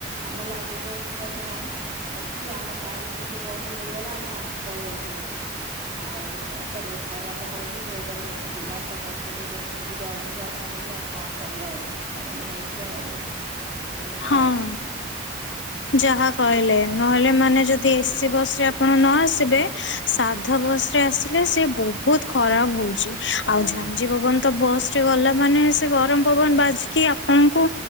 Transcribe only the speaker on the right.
ଆମ ଲାଇନ୍ କି ତ ଏସି ବସ୍ ନାହିଁ। ଅଛି ଯେ, ଆମ ଟାଇମିକି ସେ ବସ୍ ମିଳିଗଲା। ଆମେ ଆସି ପଳେଇ ଆସିଲୁ। ଆଉ କ ଖରା ତ ହଉଛି ସେଇଥିରେ ଲୋକ ଯିବା ଆସିବା କରୁଚନ୍ତି, ଦେଖୁଛନ୍ତି, ଯାଉଛନ୍ତି, ଆସୁଛନ୍ତି, ଆଉ କଣ କରିଆ ଆଉ, ଗରମ ହଉଛି ଆଉ? ଏଇଭଳିଆ
ଆଉ।
ହୁଁ